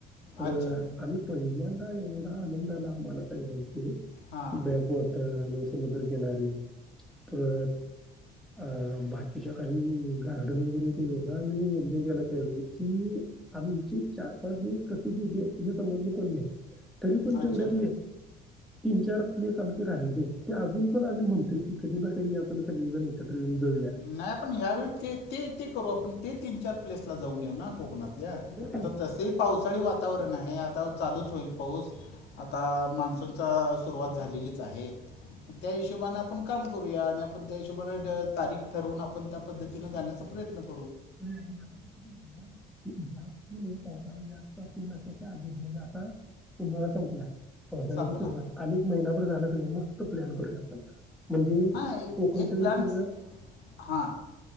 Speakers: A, in the centre; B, on the left (about 80°).
A: तर
B: अच्छा
A: आम्ही पहिल्यां अ ला ल ल ला मालासाग्यांची
B: हां
A: बॅकतर आणि समुद्रकिनारी अरे अ बाकीच्या काही गार्डन वगैरे ते एवढा आम्ही गेला. त्या कि आमचे चार पाच दिवस कसे गेले हे समजलं प नाही. तरी पण ते
B: अच्छा
A: उड्यातले तीन चार प्लेस आमचे राहिले ते अजून पण आम्ही म्हणतोय. कधी ना कधी आपण सगळीजण एकत्र येऊन जाऊया.
B: नाय आपण ह्यावेळी ते ते ते करू आपण ते तीन चार प्लेसला जाऊन येउ ना कोकणत
A: जाऊया
B: आता
A: की.
B: तसेही पावसाळी वात वातावरण आहे आता चालूच होईल पाऊस आता मान्सूनचा सुरुवात झालेलीच आहे. त्या हिशोबान आप पण काम करूया आणि आपण त्या हिशोबाने तारीख ठरवून आपण त्या पद्धतीनं जाण्याचा प्रयत्न क
A: बरे आहे आता कसं करूया एकदा पावसाळा जास्त असतोय तेच्या आधी म्हणजे आता उन्हाळा संपलाय. पावसाळ्याची
B: संपला
A: सुरुवात अनेक महिनाभर झालं कन मग तो प्लॅन करूया आपण म्हणजे
B: हा एक
A: कोकण साईडचं
B: प्लन च
A: जरा
B: हा